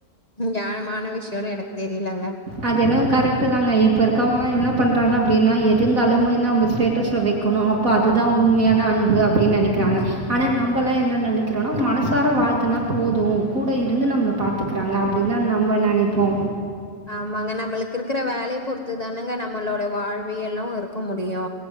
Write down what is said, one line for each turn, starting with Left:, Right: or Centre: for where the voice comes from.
Left: ஞாயாமான விஷ்யோனு எனக்கு தெரிலங்க
Right: அது எனவோ கரெக்ட்டுதாங்க இப்ப இருக்கவங்ளா என்ன பண்றாங்க அப்டினா எது இருந்தாலுமே நம்ம ஸ்டேட்டஸ்ல வெக்கணு இப்ப அதுதா உண்மையான அன்பு அப்டின் நெனைக்குறாங்க ஆனா நம்பளா என்ன நெனைக்கறோன மனசார வாழ்த்தனா போதும் கூட இருந்து நம்மள பாத்துக்கறாங்க அப்டின்தா நம்ம நெனைப்போ
Left: ஆமங்க நம்முளுக்கு இருக்குற வேலைய பொறுத்துதானங்க நம்மளோட வாழ்வியல்லு இருக்க முடியு